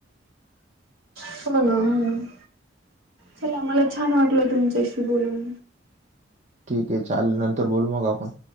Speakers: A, on the right; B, on the right.
A: <unintelligible> चला मला छान वाटलं तुमच्याशी बोलून.
B: ठीक आहे चालेल नंतर बोलू मग आपण.